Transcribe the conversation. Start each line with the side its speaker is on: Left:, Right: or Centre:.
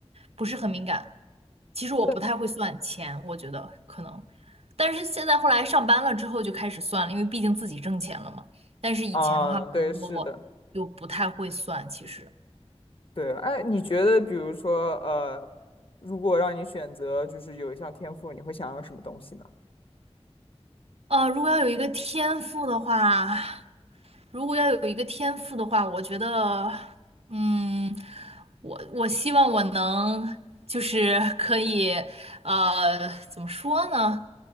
Right: 不是很敏感。其实我不太会算钱，
Left: 对。
Right: 我觉得可能，但是现在后来上班了之后就开始算了，因为毕竟自己挣钱了嘛。但是以前的话，
Left: 啊，
Right: 我觉得我就不太会算，
Left: 对，是的。
Right: 其实。
Left: 对，哎，你觉得比如说，呃，如果让你选择，就是有一项天赋，你会想要什么东西呢？
Right: 呃，如果要有一个天赋的话，如果要有一个天赋的话，我觉得，嗯，我我希望我能就是可以，呃，怎么说呢？